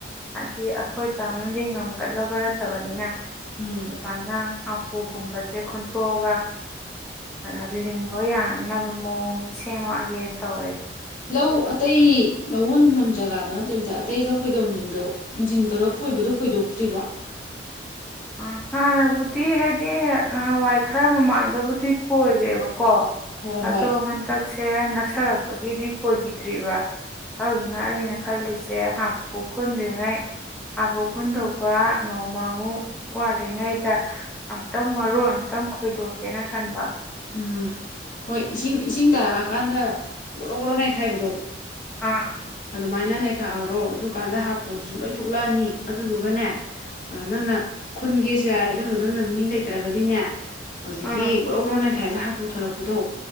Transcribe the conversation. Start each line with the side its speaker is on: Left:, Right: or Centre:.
Centre: ꯍꯥꯏꯗꯤ ꯑꯩꯈꯣꯏ ꯄꯥꯡꯅꯗꯤ ꯉꯝꯒꯗꯕ ꯅꯠꯇꯕꯅꯤꯅ
Left: ꯎꯝ
Centre: ꯑꯗꯨꯃꯥꯏꯅ ꯍꯥꯄꯨꯒꯨꯝꯕꯁꯦ ꯈꯨꯟꯇꯣꯛꯑꯒ ꯀꯩꯅꯣ ꯂꯤꯡꯕ ꯌꯥꯅꯅꯕ ꯃꯑꯣꯡꯗꯣ ꯁꯦꯝꯃꯛꯑꯒꯦꯅ ꯇꯧꯔꯤ
Left: ꯂꯧ ꯑꯇꯩ ꯂꯧꯍꯣꯟ ꯍꯨꯟꯕꯝ ꯖꯒꯥꯗꯣ ꯅꯠꯇꯕꯤꯗ ꯑꯇꯩ ꯂꯧ ꯐꯩꯗꯣꯝꯖꯤꯡꯗꯣ ꯏꯟꯖꯤꯟ ꯇꯧꯔ ꯈꯣꯏꯕꯗꯣ ꯈꯣꯏꯗꯣꯛꯇ꯭ꯔꯤꯕꯣ
Centre: ꯑꯥ ꯍꯥꯟꯅꯕꯨꯗꯤ ꯍꯥꯏꯗꯤ ꯅꯍꯥꯟꯋꯥꯏ ꯈꯔ ꯃꯃꯥꯡꯗꯕꯨꯗꯤ ꯈꯣꯏꯒ꯭ꯔꯦꯕꯀꯣ
Left: ꯍꯣꯏ
Centre: ꯑꯗꯣ
Left: ꯍꯣꯏ
Centre: ꯍꯟꯇꯛꯁꯦ ꯅꯛꯁꯜꯂꯛꯄꯒꯤꯗꯤ ꯈꯣꯏꯒꯤꯗ꯭ꯔꯤꯕ ꯑꯗꯨꯗꯨꯅ ꯑꯩꯅ ꯈꯜꯂꯤꯁꯦ ꯍꯥꯄꯨ ꯈꯨꯟꯗ꯭ꯔꯤꯉꯩ ꯍꯥꯄꯨ ꯈꯨꯟꯗꯧꯕ ꯅꯣꯡꯃꯃꯨꯛ ꯋꯥꯠꯂꯤꯉꯩꯗ ꯑꯝꯇꯪ ꯃꯔꯣꯟ ꯑꯝꯇꯪ ꯈꯣꯏꯗꯣꯛꯀꯦꯅ ꯈꯟꯕ
Left: ꯎꯝ ꯍꯣꯏ ꯏꯁꯤꯡ ꯏꯁꯤꯡ ꯇꯥꯔꯛꯑꯀꯥꯟꯗ ꯒ꯭ꯔꯣ ꯒꯣꯔꯣ ꯅꯩꯈꯥꯏꯕꯗꯣ
Centre: ꯑꯥ
Left: ꯑꯗꯨꯃꯥꯏꯅ ꯅꯩꯈꯥꯏꯍꯧꯔꯣ ꯑꯗꯨꯀꯥꯟꯗ ꯍꯥꯄꯨꯗꯨꯖꯨ ꯂꯣꯏ ꯊꯣꯛꯂꯛꯑꯅꯤ ꯑꯗꯨꯗꯨꯒꯅꯦ ꯑꯥ ꯅꯪꯅ ꯈꯨꯟꯒꯦꯖꯨ ꯌꯥꯏ ꯃꯤ ꯂꯩꯇ꯭ꯔꯒꯗꯤꯅꯦ ꯍꯧꯖꯤꯛꯀꯤ
Centre: ꯑꯥ
Left: ꯒ꯭ꯔꯣ ꯒ꯭ꯔꯣ ꯅꯩꯈꯥꯏꯕ ꯍꯥꯄꯨ ꯊꯣꯛꯂꯛꯄꯗꯣ